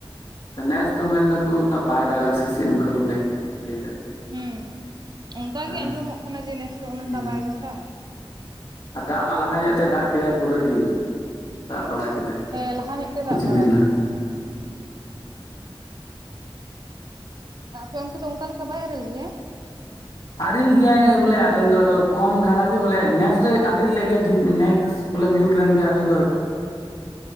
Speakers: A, on the left; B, on the right.
A: ᱦᱩᱸ, ᱱᱮᱥ ᱫᱚ ᱢᱮᱱ ᱫᱟᱠᱚ ᱩᱱᱟᱹᱜ ᱵᱟᱭ ᱫᱟᱜᱟ ᱥᱮᱥᱮ ᱚᱱᱠᱟ ᱠᱚ ᱞᱟᱹᱭ ᱛᱟᱦᱮᱸᱱ ᱞᱟᱹᱭ ᱫᱟᱠᱚ᱾
B: ᱦᱩᱸ ᱚᱱᱠᱟ
A: ᱫᱟᱜᱟᱭ
B: ᱜᱮ ᱟᱸᱡᱚᱢᱚᱜ ᱠᱟᱱᱟ ᱡᱮ ᱱᱮᱥ ᱫᱚ ᱚᱱᱠᱟ
A: ᱦᱩᱸ
B: ᱵᱟᱭ ᱫᱟᱠᱼᱟ᱾
A: ᱟᱨ ᱫᱟᱜ ᱢᱟ ᱞᱟᱦᱟ ᱧᱚᱜ ᱛᱮ ᱫᱟᱜ ᱠᱮᱫᱟᱭ ᱯᱩᱨᱟᱹ ᱰᱷᱮᱨ᱾ ᱫᱟᱜ ᱵᱟᱲᱟ ᱠᱮᱫᱟᱭ
B: ᱦᱮᱸ ᱞᱟᱦᱟ ᱧᱚᱜ ᱛᱮ
A: ᱠᱚᱪᱷᱩ
B: ᱫᱟᱜ ᱵᱟᱲᱟ
A: ᱫᱤᱱ ᱞᱟᱦᱟ᱾
B: ᱠᱮᱫ ᱜᱮᱭᱟ ᱟ ᱟᱯᱮ ᱚᱱᱛᱮ ᱫᱚ ᱚᱱᱠᱟ ᱞᱮᱠᱟ ᱵᱟᱭ ᱟᱨᱮᱞ ᱜᱮᱭᱟ?
A: ᱟᱨᱮᱞ ᱜᱮᱭᱟ ᱵᱚᱞᱮ ᱟᱨᱮᱞ ᱫᱚ ᱟᱫᱚ ᱠᱚᱢ ᱫᱷᱟᱨᱟᱜ ᱜᱮ ᱵᱚᱞᱮ ᱱᱮᱥ ᱫᱚᱭ ᱟᱨᱮᱞ ᱞᱮᱫ ᱜᱮᱭᱟ ᱴᱷᱤᱠ ᱱᱮᱜᱥ ᱵᱚᱞᱮ ᱧᱩᱨ ᱞᱮᱱ ᱜᱮᱭᱟ ᱟᱨᱮᱞ ᱫᱚ ᱞᱟᱹᱴᱩ